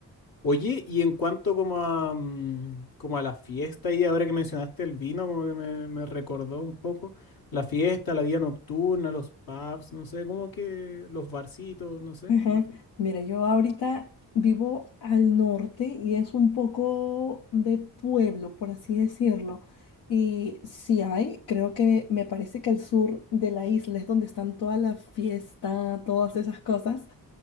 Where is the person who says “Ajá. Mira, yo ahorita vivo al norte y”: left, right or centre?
Left